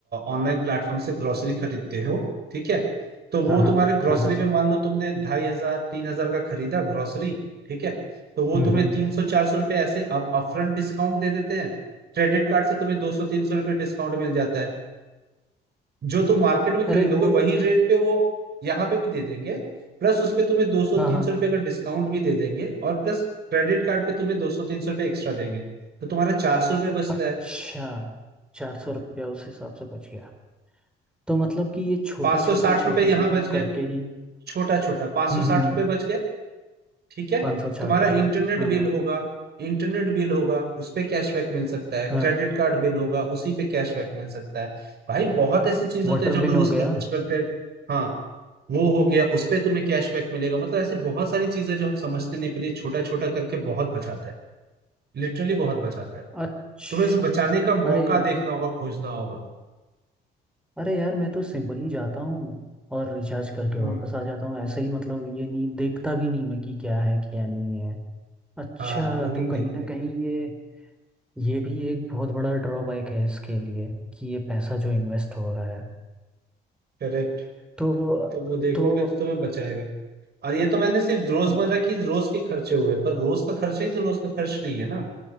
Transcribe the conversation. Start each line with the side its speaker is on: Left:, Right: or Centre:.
Right: ऑनलाइन प्लेटफॉर्म से ग्रोसरी खरीदते हो ठीक है तो वो
Centre: हाँ हाँ
Right: तुम्हारे ग्रोसरी
Centre: हाँ हाँ
Right: पे मान लो तुमने ढाई हजार तीन हजार का खरीदा ग्रोसरी ठीक है तो वो
Centre: हम्म
Right: तुम्हें
Centre: हम्म
Right: तीन सौ चार सौ रुपए ऐसे अप अपफ्रंट डिस्काउंट दे देते हैं क्रेडिट कार्ड से तुम्हें दो सौ तीन सौ रुपए डिस्काउंट मिल जाता है जो तुम मार्केट में खरीदोगे
Centre: अरे वो
Right: वही रेट पे वो यहाँ पे भी दे देंगे प्लस उस पे तुम्हें दो सौ
Centre: हाँ
Right: तीन
Centre: हाँ
Right: सौ रुपए का डिस्काउंट भी दे देंगे और प्लस क्रेडिट कार्ड पे तुम्हें दो सौ तीन सौ रुपए एक्स्ट्रा देंगे तो तुम्हारा चार सौ रुपये बचता
Centre: अच्छा
Right: है
Centre: चार सौ रुपया उस हिसाब से बच गया तो मतलब कि ये छोटा
Right: पाँच
Centre: छोटा
Right: सौ साठ
Centre: छोटा
Right: रुपये यहाँ
Centre: छोटा
Right: बच गए
Centre: करके ही
Right: छोटा छोटा पाँच
Centre: हम्म
Right: सौ साठ
Centre: हम्म हम्म,
Right: रुपये बच गए ठीक है
Centre: पाँच सौ छाट
Right: तुम्हारा
Centre: पर गया
Right: इंटरनेट
Centre: हाँ
Right: बिल होगा इंटरनेट बिल होगा उस पे कैशबैक मिल सकता है
Centre: हाँ
Right: क्रेडिट कार्ड बिल होगा उसी पे कैशबैक मिल सकता है भाई बहुत ऐसी चीज
Centre: वाटर
Right: होते हैं जो हम
Centre: बिल
Right: रोज
Centre: हो गया
Right: खर्च करते हैं हाँ वो हो गया उस पे तुम्हें कैशबैक मिलेगा मतलब ऐसी बहुत सारी चीजें जो हम समझते नहीं पर ये छोटा छोटा करके बहुत बचाता है लिटरली बहुत बचाता है
Centre: अच्छा
Right: तुम्हें इसे बचाने का मौका
Centre: अरे यार
Right: देखना होगा खोजना होगा
Centre: अरे यार मैं तो सिंपली जाता हूँ और रिचार्ज करके
Right: हम्म
Centre: वापस आ जाता हूँ ऐसे ही मतलब ये नहीं देखता भी नहीं मैं कि क्या है क्या नहीं है अच्छा
Right: हाँ वो नहीं
Centre: तो
Right: देखते
Centre: कहीं ना कहीं ये ये भी एक बहुत बड़ा ड्रॉबैक है इसके लिए कि ये पैसा जो इन्वेस्ट हो रहा है
Right: करेक्ट
Centre: तो
Right: तो वो देखोगे
Centre: तो
Right: तो तुम्हें बचाएगा और ये तो मैंने सिर्फ रोजमर्रा
Centre: अ,
Right: की रोज के खर्चे हुए पर रोज का खर्चा ही तो रोज का खर्च नहीं है ना